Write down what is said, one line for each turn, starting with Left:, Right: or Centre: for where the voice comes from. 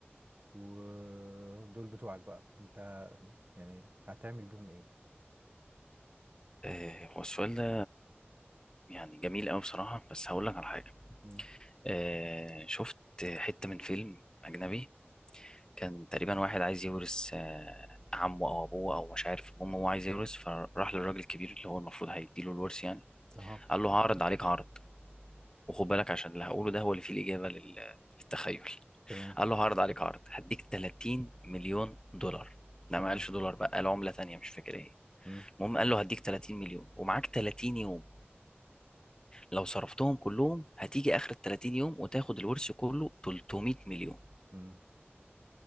Right: ودول بتوعك بقى انت يعني هتعمل بيهم ايه
Left: آه، هو السؤال ده يعني جميل قوي بصراحة بس هقول لك على حاجة
Right: مم.
Left: آه، شفت حتة من فيلم أجنبي كان تقريبا واحد عايز يورث آه، عمه أو أبوه أو مش عارف المهم هو عايز يورث فراح للراجل الكبير اللي هو المفروض هيديله الورث يعني
Right: اها
Left: قال له هعرض عليك عرض وخد بالك عشان اللي هقوله ده هو اللي فيه الإجابة لل- للتخيل
Right: تمام.
Left: قال له هعرض عليك عرض هديك 30 مليون دولار لا
Right: تمام
Left: ما قالش دولار بقى قال عملة تانية مش فاكر ايه
Right: مم.
Left: المهم قال له هديك 30 مليون ومعاك 30 يوم لو صرفتهم كلهم هتيجي اخر ال 30 يوم وتاخد الورث كله 300 مليون
Right: مم.